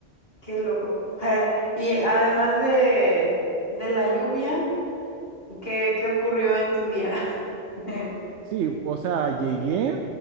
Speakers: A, on the left; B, on the right.
A: qué loco. <laughs> Y además de, de la lluvia, ¿qué, qué ocurrió en tu día? <laughs>
B: Sí, o sea, llegué